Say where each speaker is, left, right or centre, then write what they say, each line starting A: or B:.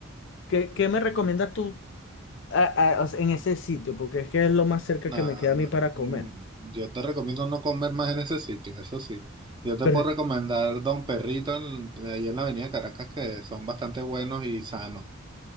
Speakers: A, on the left; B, on the right.
A: ¿Qué, qué me recomiendas tú a- a- o sea, en ese sitio? Porque es que es lo más cerca
B: Nah,
A: que me queda a mí
B: nah,
A: para comer.
B: mm, Yo te recomiendo no comer más en ese sitio, eso sí. Yo te
A: Pero,
B: puedo recomendar Don Perrito en- ahí en la Avenida Caracas, que son bastante buenos y sanos.